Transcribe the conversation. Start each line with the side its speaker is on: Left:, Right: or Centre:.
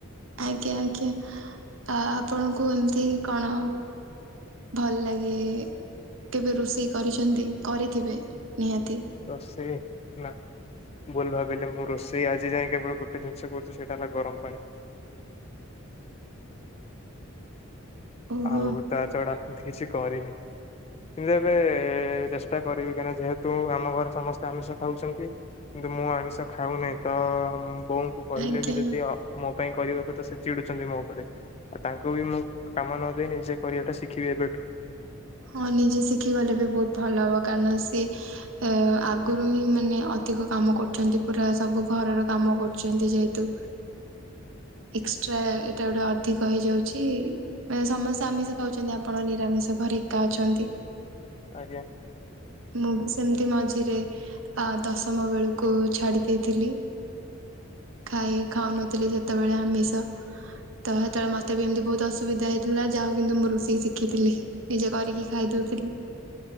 Right: ଆଜ୍ଞା ଆଜ୍ଞା ଆ ଆପଣଙ୍କୁ ଏମିତି କଣ? ଭଲ ଲାଗେ କେବେ ରୋଷେଇ କରିଛନ୍ତି କରିଥିବେ? ନିହାତି
Left: ରୋଷେଇ ନା। ଭୁଲ ଭାବିଲେ ମୁଁ ରୋଷେଇ ଆଜି ଯାଏଁ କେବଳ ଗୋଟେ ଜିନିଷ କରିଛି ସେଇଟା ହେଲା ଗରମ ପାଣି।
Right: ଓହୋ
Left: ଆଉ ତା ଛଡା ଏମିତି କିଛି କରିନି। କିନ୍ତୁ ଏବେ ଚେଷ୍ଟା କରିବି କାହିଁକିନା ଯେହେତୁ ଆମ ଘରେ ସମସ୍ତେ ଆମିଷ ଖାଉଛନ୍ତି। ମୁଁ ଆମିଷ ଖାଉନାହି ତ ଉଁ। ବୋଉଙ୍କୁ କହିଲେ
Right: ଆଜ୍ଞା
Left: ବି ଯଦି ଅ ମୋ ପାଇଁ କରିବାକୁ ତ ସେ ଚିଡୁଛନ୍ତି ମୋ ଉପରେ ଆଉ ତାଙ୍କୁ ବି ମୁଁ। କାମ ନ ଦେଇ ନିଜେ କରିବାଟା ଶିଖିବି ଏବେଠୁ।
Right: ହଁ ନିଜେ ଶିଖି ଗଲେ ବି ବହୁତ ଭଲ ହବ କାରଣ ସେ ଅ। ଆଗରୁ ହିଁ ମାନେ ଅଧିକ କାମ କରୁଛନ୍ତି ପୁରା ସବୁ ଘରର କାମ କରୁଛନ୍ତି ଯେହେତୁ। ଏକ୍ସଟ୍ରା ଏଇଟା ଗୋଟେ ଅଧିକ ହେଇଯାଉ ଛି ମାନେ ସମସ୍ତେ ଆମିଷ ଖାଉଛନ୍ତି ଆପଣ ନିରାମିଷ ଘରେ ଏକା ଅଛନ୍ତି।
Left: ଆଜ୍ଞା
Right: ମୁଁ ବି ସେମିତି ମ ମଝିରେ ଆ ଦଶମ ବେଳକୁ ଛାଡି ଦେଇଥିଲି। ଖାଇ ଖାଉନଥିଲି ସେତେବେଳେ ଆମିଷ। ତ ସେତେବେଳେ ମତେ ବି ଏମିତି ବହୁତ ଅସୁବିଧା ହେଇଥିଲା ଯାହା ହଉ କିନ୍ତୁ ମୁଁ ରୁଷେଇ ଶିଖିଥିଲି। ନିଜେ କରିକି ଖାଇଦଉଥିଲି।